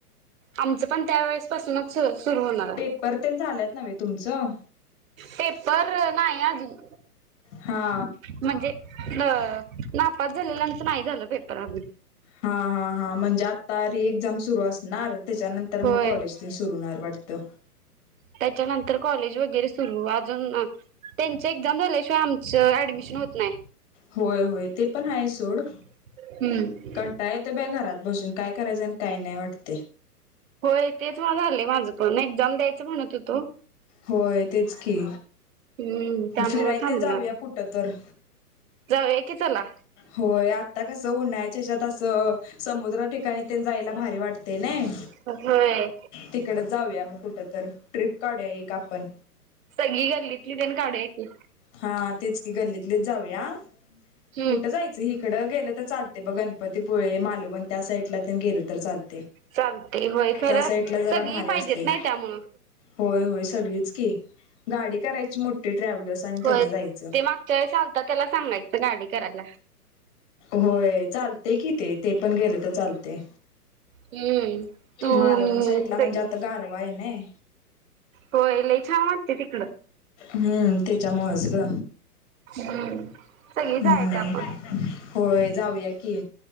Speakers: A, on the right (about 55°); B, on the left (about 50°).
A: आमचं पण त्या वेळेस पासूनच सुरु होणार आहे.
B: पेपर तेन झाल्यात नव्हे तुमचं
A: पेपर नाही अजून
B: हा
A: म्हणजे अ नापात झालेल्यानच नाही झालं पेपर आजून
B: हा हा हा म्हणजे आता रि एक्झाम सुरू असणार त्याच्यानंतर
A: होय.
B: मग कॉलेज. ते सुरु होणार वाढतं.
A: त्याच्यानंतर कॉलेज वगैरे सुरू अजून त्यांच एक्झाम झाल्याशिवाय आमचं ऍडमिशन होत नाही.
B: होय होय ते पण आहे सोड.
A: हम्म
B: कंटाळ येतोय बाई घरात बसून काय करायचं आणि काय नाही वाटतंय.
A: होय तेच ना झालेय माझं पण एक्झाम द्यायचं म्हणतं होतो.
B: होय तेच की,
A: हम्म त्यामुळं
B: फिराय
A: थांबलोय
B: तेन जाऊया
A: आता
B: कुठतर
A: जाऊया की चला.
B: होय आता कसं उन्हाळ्याच्या हेच्यात असं समुद्रात ठिकाणी जायला भारी वाटतंय नई
A: होय.
B: तिकडचं जाऊया म कुठतर ट्रिप काढूया एक आपण
A: सगळी गल्लीतली तेण काढूया की
B: हा तेच की गल्लीतलीच जाऊया.
A: की
B: कुठं जायचं इकडं गेलं तर चालते बघ गणपतीपुळे, मालवण त्या साईटला गेल तर चालतंय.
A: चालतंय होय खरं
B: त्या साईडला जरा
A: सगळी
B: भारी
A: पाहिजेत
B: असतंय.
A: नाही त्यामुळं
B: होय होय सगळीच की गाडी करायची मोठी ट्रॅव्हलस.
A: होय.
B: जायचं.
A: ते मागच्या वेळेस आलता त्याला सांगायचं गाडी करायला.
B: होय चालतंय कि ते, ते पण गेलं तर चालतंय.
A: हम्म. तू
B: मालवण
A: मी
B: साईटला म्हणजे
A: सगळी
B: आता गारवा आहे नई.
A: होय लय छान वाटतंय तिकडं
B: हम्म त्याच्यामुळेच ग
A: हम्म सगळी
B: हम्म
A: जायचं आपण
B: होय जाऊया की